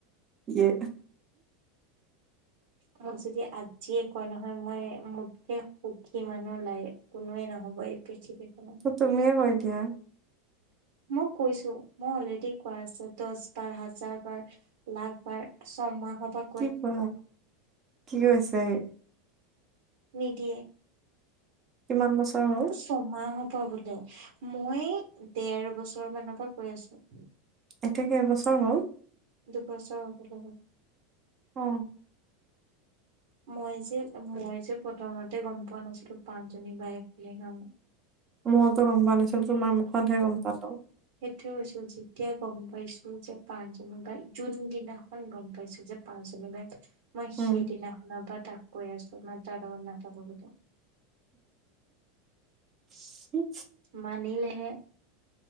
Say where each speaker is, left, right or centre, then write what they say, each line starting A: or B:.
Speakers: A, on the right; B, on the right.
A: ইয়ে।
B: মোক যদি আজিয়ে কয় ন। হয় মই মোতকে সুখী মানুহ লাই কোনোৱে নহব এই পৃথিৱীখনত।
A: তো তুমিয়ে কৈ দিয়া।
B: মই কৈছো মই অলৰেডি কোৱা আছে দশ বাৰ হাজাৰ বাৰ। লাখবাৰ ছমাহ পা।
A: কি কোৱা কি হৈছে।
B: নিদিয়ে।
A: কিমান বছৰ হ'ল।
B: ছমাহ পা বোলে মই দেৰ বছৰ মানৰ পৰা কৈ আছো।
A: এতিয়া কেইবছৰ হ'ল।
B: দুবছৰ হবলে হল।
A: অ।
B: মই যে মই যে প্ৰথমতে গম পোৱা নাছিলো পাঁচ জনী বায়ক বুলি নহয়।
A: মওতো গম পোৱা নাছিলো তোমাৰ মুখতহে গম পালো।
B: সেইটোয়ে কৈছো যেতিয়া গম পাইছো যে পাঁচ বা জুন দিনাখন গম পাইছো যে। পাচজনি বাইক মই
A: উম
B: সেইদিনাখনৰ পৰা তাক কৈ আছো মই তাৰ লগত নাথাকো বুলি।
A: <unintelligible>
B: মানিলেহে।